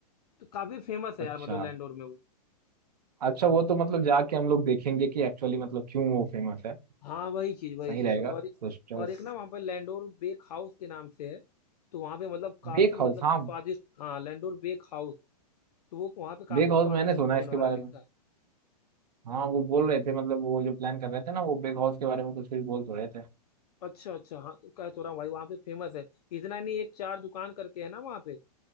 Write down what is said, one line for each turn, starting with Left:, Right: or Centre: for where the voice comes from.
Left: तो काफ़ी फेमस है
Right: अच्छा
Left: यार मतलब लैंडोर में वो
Right: अच्छा वो तो मतलब जाके हम लोग देखेंगे कि एक्चुअली मतलब क्यों वो फेमस है
Left: हाँ वही चीज वही
Right: सही
Left: चीज
Right: रहेगा
Left: और
Right: सिस्टर्स
Left: और एक ना वहाँ पे लैंडोर बेक हाउस के नाम से है तो वहाँ पे मतलब काफी
Right: बेक
Left: मतलब
Right: हाउस हाँ
Left: कि स्वादिष्ट हाँ लैंडोर बेक हाउस तो वो वहाँ पे काफी
Right: बेक हाउस
Left: स्वादिष्ट
Right: मैंने सुना
Left: भोजन
Right: है इसके
Left: वगैरह
Right: बारे
Left: मिलता
Right: में
Left: है
Right: हाँ वो बोल रहे थे मतलब वो जो प्लान कर रहे थे ना वो बेक हाउस के बारे में कुछ कुछ बोल तो रहे थे
Left: अच्छा अच्छा हाँ तो कह तो रहा हूँ भाई वहाँ पे फेमस है इतना नहीं एक चार दुकान करके है ना वहाँ पे